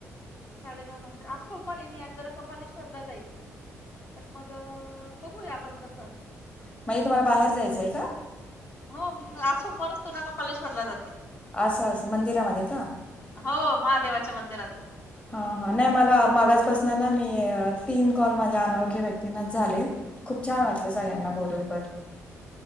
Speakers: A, on the left; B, on the left.
A: साडेनऊ नंतर, आज सोमवारी आहे मी आज जरा कपालेश्वरला जाईल. पण मग, बघूया आपण तस
B: <unintelligible>
A: कधी वेळ,
B: का?
A: हो, आज सोमवार असतो ना, कपालेश्वरला जाते.
B: असं असं, मंदिरामध्ये का?
A: हो, महादेवाच्या मंदिरात.
B: हा हा, नाही मला, मगाजपासन ना मी, तीन कॉल माझ्या अनोळख्या व्यक्तींनाच झालेत. खूप छान वाटलं, सगळ्यांना बोलून पण